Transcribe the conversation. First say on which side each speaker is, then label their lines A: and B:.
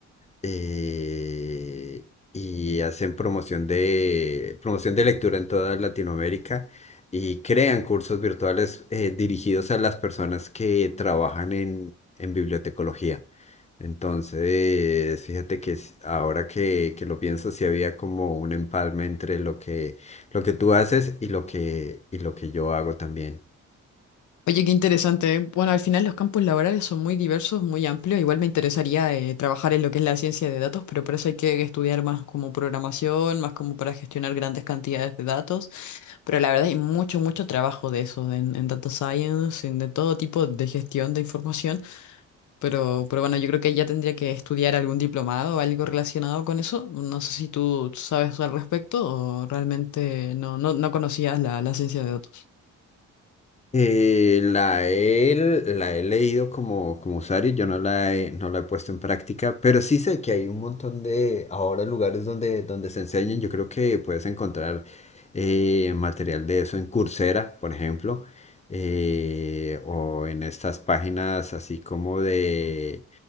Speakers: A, on the left; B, on the left.
A: eh, y hacen promoción de, promoción de lectura en toda Latinoamérica y crean cursos virtuales eh, dirigidos a las personas que trabajan en, en bibliotecología. Entonces, fíjate que s- ahora que, que lo pienso, sí había como un empalme entre lo que, lo que tú haces y lo que, y lo que yo hago también.
B: Oye, qué interesante. ¿eh? Bueno, al final los campos laborales son muy diversos, muy amplios. Igual me interesaría eh, trabajar en lo que es la ciencia de datos, pero para eso hay que estudiar más como programación, más como para gestionar grandes cantidades de datos. Pero la verdad hay mucho, mucho trabajo de eso, en, en data science, en de todo tipo de gestión de información. Pero, pero bueno, yo creo que ya tendría que estudiar algún diplomado o algo relacionado con eso. No sé si tú sabes al respecto o realmente no, no, no conocías la la ciencia de datos.
A: Eh, la he, la he leído como, como usuario, yo no la he, no la he puesto en práctica, pero sí sé que hay un montón de ahora lugares donde, donde se enseñan. Yo creo que puedes encontrar eh, material de eso en Coursera, por ejemplo, eh, o en estas páginas así como de